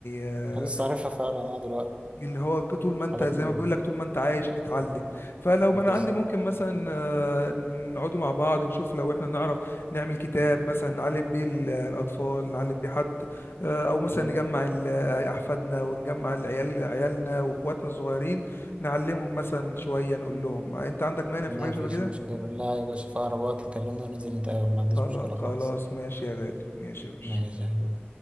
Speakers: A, on the left (about 65°); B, on the right (about 30°).
A: آه،
B: انا لسه عارفها فعلا اه دلوقتي
A: اللي هو طول ما انت
B: حاجات
A: زي
B: من-
A: ما بيقول لك طول ما انت عايش هتتعلم فلو ما
B: بالظبط
A: انا عندي ممكن مثلا آه، نقعدوا مع بعض نشوف لو احنا نعرف نعمل كتاب مثلا نعلم بيه ال- الاطفال نعلم بيه حد آه، او مثلا
B: مم.
A: نجمع ال- احفادنا ونجمع العيال عيالنا واخواتنا الصغيرين نعلمهم مثلا شوية نقول لهم آه، انت عندك مانع
B: ما
A: في حاجة شبه
B: فيش
A: كده
B: مشكلة لا يا باشا في أقرب وقت كلمني وننزل نتقابل ما عنديش
A: خلا-
B: مشكلة
A: خلاص
B: خالص
A: ماشي يا غالي ماشي يا باشا
B: ماشي يا حبيبي